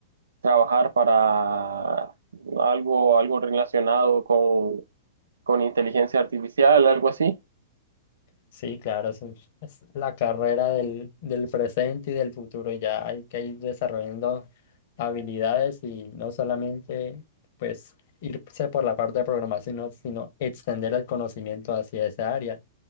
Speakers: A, on the right; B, on the left.
A: trabajar para algo, algo relacionado con, con inteligencia artificial, algo así.
B: Sí, claro, eso es, es la carrera del, del presente y del futuro. Ya hay que ir desarrollando habilidades y no solamente pues irse por la parte de programación, sino, sino extender el conocimiento hacia esa área.